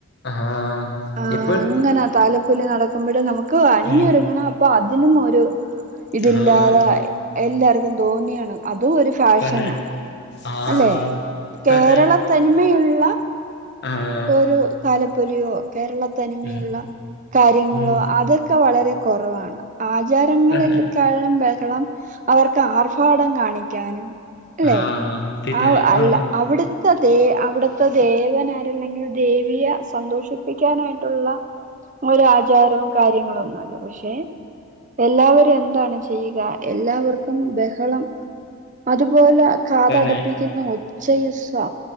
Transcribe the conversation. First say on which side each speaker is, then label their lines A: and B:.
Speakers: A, on the left; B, on the right.
A: ആഹ്
B: ആഹ
A: ഇപ്പോഴത്തെ
B: അങ്ങനെ തല്പ്പ ലി നടക്കുമ്പോഴേ നമുക്ക് അണഞ്ഞൊരുങ്ങണം
A: ഉം
B: അപ്പൊ അതിനും ഒരു ഇതില്ലാതെ
A: ആഹ്
B: എല്ലാർക്കും തോന്നിയാണ് അതും ഒരു ഫാഷനാ
A: തന്നെ ആഹ്
B: അല്ലെ കേരള
A: തന്നെ
B: തനിമയുള്ള
A: ആഹ്
B: ഒരു തലപ്പൊലിയോ കേരള തനിമയുള്ള
A: ഉം
B: കാര്യങ്ങളോ
A: ഉം
B: അതൊക്കെ വളരെ കുറവാണ് ആചാരങ്ങളിൽ
A: തന്നെ
B: കളിലും ബഹളം അവർക്ക് ആർഭാടം കാണിക്കാനും അല്ലെ
A: ആഹ് പിന്നെ
B: ആഹ അല്ല
A: ആണ്
B: അവിടുത്തെ ദേ അവിടുത്തെ ദേവൻരല്ലെങ്കിൽ ദേവിയെ സന്തോഷിക്ക കണിക്കാനായിട്ടുള്ള ഒരു ആചാരവും കാര്യങ്ങളും ഒന്നുംല്ല പക്ഷെ എല്ലാവരും എന്താണ് ചെയ്യുക എല്ലാവർക്കും ബഹളം തുപല കാതടപ്പിക്ക
A: തന്നെ
B: ഒച്ചയും സ